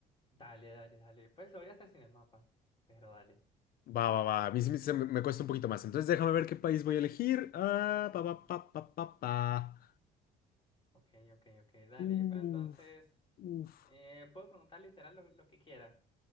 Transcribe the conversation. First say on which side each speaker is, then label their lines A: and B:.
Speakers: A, on the left; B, on the left.
A: Dale, dale, dale. Pues lo voy a hacer sin el mapa. Pero dale.
B: Va, va, va. A mí sí me, se me- me cuesta un poquito más. Entonces déjame ver qué país voy a elegir. Ah, pa, pa, pa, pa, pa, pa.
A: Ok, ok, ok. Dale.
B: Uf,
A: Pero entonces,
B: uf.
A: eh, puedo preguntar literal lo, lo que quiera.